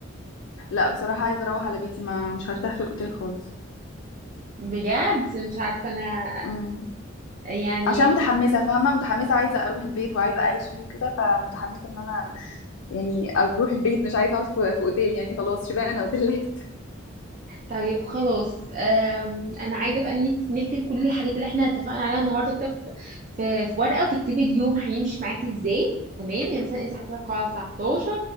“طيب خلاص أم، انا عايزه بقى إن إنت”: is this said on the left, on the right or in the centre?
Right